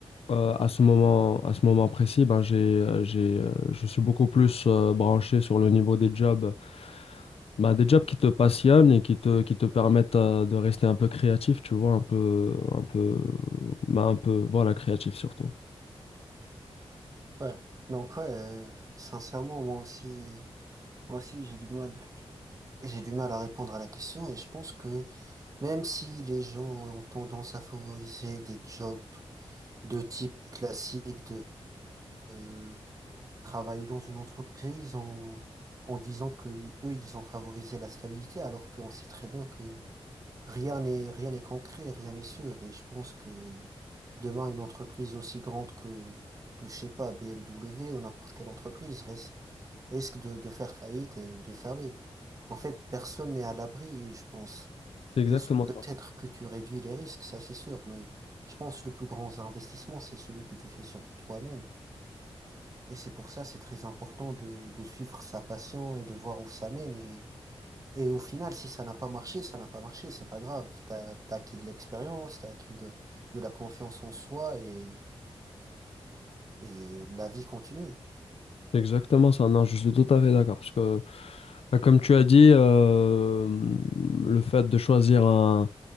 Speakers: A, on the left; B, on the right.
A: euh, à ce moment, à ce moment précis, ben, j'ai, euh, j'ai, euh, je suis beaucoup plus euh, branché sur le niveau des jobs Bah, des jobs qui te passionnent et qui te, qui te permettent euh, de rester un peu créatif, tu vois, un peu, un peu, bah, un peu, voilà, créatif surtout.
B: Ouais. Donc, ouais, euh, sincèrement, moi aussi. Moi aussi, j'ai du mal. J'ai du mal à répondre à la question et je pense que même si les gens ont tendance à favoriser des jobs de type classique de euh, travailler dans une entreprise en, en disant que ils- eux, ils ont favorisé la stabilité alors qu'on sait très bien que Rien n'est, rien n'est concret, rien n'est sûr. Et je pense que demain, une entreprise aussi grande que, que je sais pas, BMW ou n'importe quelle entreprise risque, risque de, de faire faillite et de fermer. En fait, personne n'est à l'abri, je pense.
A: C'est exactement
B: Juste peut-être
A: ça.
B: que tu réduis les risques, ça c'est sûr, mais je pense que le plus grand investissement, c'est celui que tu fais sur toi-même. Et c'est pour ça, c'est très important de, de suivre sa passion et de voir où ça mène. Et, et au final, si ça n'a pas marché, ça n'a pas marché, c'est pas grave. T'as, t'as acquis de l'expérience, t'as acquis de, de la confiance en soi et, et la vie continue.
A: C'est exactement ça. Non, je suis tout à fait d'accord. Parce que, bah, comme tu as dit, euh, le fait de choisir un,